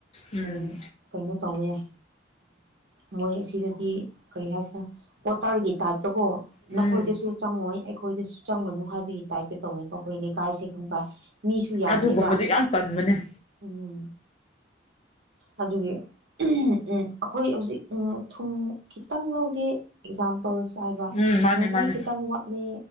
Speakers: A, on the left; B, on the right.
A: ꯎꯝ
B: ꯑꯝ ꯀꯩꯅꯣ ꯇꯧꯋꯦ ꯃꯣꯏ ꯎꯝ ꯑꯁꯤꯗꯗꯤ ꯀꯔꯤ ꯍꯥꯏꯁꯤꯔꯥ ꯄꯣꯇ꯭ꯔꯒꯤ ꯇꯥꯏꯞꯇꯀꯣ
A: ꯎꯝ
B: ꯅꯈꯣꯏꯗꯁꯨ ꯆꯪꯉꯣꯏ ꯑꯩꯈꯣꯏꯗꯁꯨ ꯆꯪꯒꯅꯨ ꯍꯥꯏꯕꯒꯤ ꯇꯥꯏꯞꯇ ꯇꯧꯋꯦ ꯑꯩꯈꯣꯏ ꯂꯩꯀꯥꯏꯁꯦ ꯈꯪꯕ ꯃꯤꯁꯨ ꯌꯥꯝꯗꯦꯕ
A: ꯑꯗꯨꯒꯨꯝꯕꯗꯤ ꯌꯥꯝ ꯇꯟꯕꯅꯦ
B: ꯎꯝ ꯑꯗꯨꯒꯤ ꯎꯝ ꯑꯩꯈꯣꯏ ꯍꯧꯖꯤꯛ ꯎꯝ ꯊꯨꯝ ꯈꯤꯇꯪ ꯂꯧꯒꯦ ꯑꯦꯛꯖꯥꯝ ꯄꯜꯁ ꯍꯥꯏꯕ
A: ꯎꯝ ꯃꯥꯅꯦ
B: ꯉꯥꯔꯤ
A: ꯃꯥꯅꯦ
B: ꯈꯤꯇꯪ ꯋꯥꯠꯂꯦ